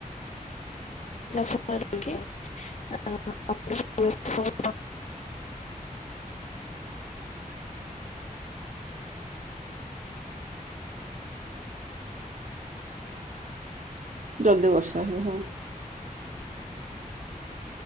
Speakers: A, on the left; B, on the right.
A: ଯାହାଫଳରେ ବର୍ଷା ହୁଏ।
B: ଜଲଦି ବର୍ଷା ହୁଏ ହଁ।